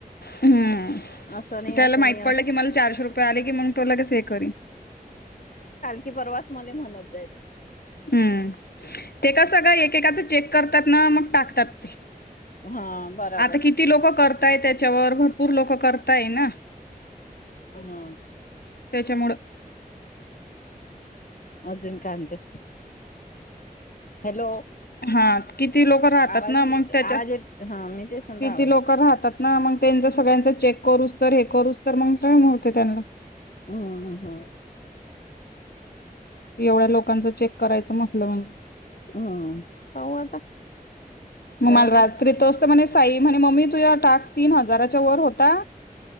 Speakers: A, on the left; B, on the left.
A: हम्म
B: असं नाही
A: त्याला
B: असं
A: माहित
B: नाही असं
A: पडलं की मला चारशे रुपये आले की मग तो लगेच हे करी
B: की परवाच मले म्हणत जायल
A: हम्म. ते का सगळ एकेका चेक करतात ना मग टाकतात ते
B: हा बराबर
A: आता किती लोक कर काय त्याच्यावर भरपूर लोक करताय ना
B: हा
A: त्याच्यामुळं
B: अजून काय म्हणते हॅलो
A: हा किती लोक राहतात
B: आवाज
A: ना
B: येत
A: मग त्याच्या
B: आवाज येत हा मी तेच म्हणलं
A: किती
B: आवाज
A: लोक
B: येते.
A: राहतात ना मग तेंच सग त्यांच चेक करूस तर हे करूस तर मग टाईम होते त्यांना
B: हम्म हम्म
A: एवढ्या लोकांचं चेक करायचं म्हटलं म्हणजे
B: हम्म पाहू आता
A: मग
B: जाऊ
A: मला
B: दे
A: रात्री तोच त म्हणे स म्हने मम्मी तुया टास्क तीन हजाराच्या वर होता.